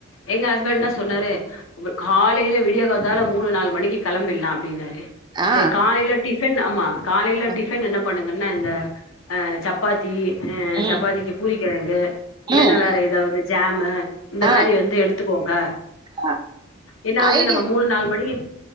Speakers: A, on the left; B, on the right.
A: எங்க ஹஸ்பண்ட்லா சொன்னாரு காலையில விடிய காத்தால மூணு நாலு மணிக்கு கிளம்பிடலா அப்படின்னாரு
B: ஆ
A: சரி காலையில சென் ஆமா காலையில
B: அ,
A: டிஃபன் என்ன பண்ணுன என்ன இந்த அஹ சப்பாத்தி ஆ
B: ம்
A: சப்பாத்திக்கு பூரி கெழங்கு இல்லன்னா
B: ம்
A: வேற எதாவது ஜாமு இந்த
B: ஆ
A: மாரி வந்து எடுத் துக்கோங்க
B: ஆ
A: ஏன்னா வந்து
B: ஐடியா
A: நம்ம மூணு நாலு மணிக்கு